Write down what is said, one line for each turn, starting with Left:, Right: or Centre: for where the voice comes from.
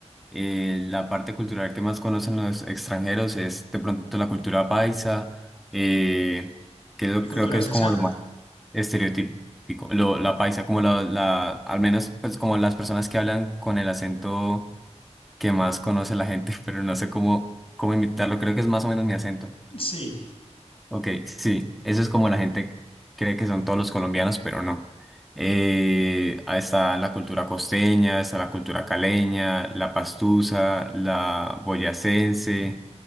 Centre: eh, la parte cultural que más conocen los extranjeros es de pronto la cultura paisa, eh, que lo-
Left: ¿Qué cultura
Centre: creo que
Left: es
Centre: es
Left: esa?
Centre: como lo más estereotípico, lo- la paisa, como la, la, al menos pues como las personas que hablan con el acento que más conoce la gente, <laughs> pero no sé cómo, cómo imitarlo, creo que es más o menos mi acento.
Left: Sí.
Centre: Ok, sí, eso es como la gente cree que son todos los colombianos, pero no. Eh, ahí está la cultura costeña, está la cultura caleña, la pastusa, la boyacense,